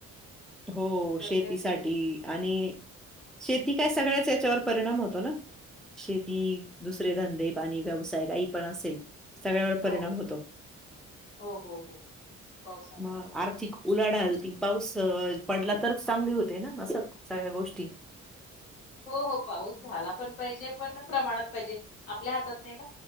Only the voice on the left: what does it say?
करतायत
थोडी.
हो
हो हो हो हो पावसामुळे
होते
हो हो पाऊस झाला पण पाहिजे पण प्रमाणात पाहिजे. आपल्या हातात नाही ना.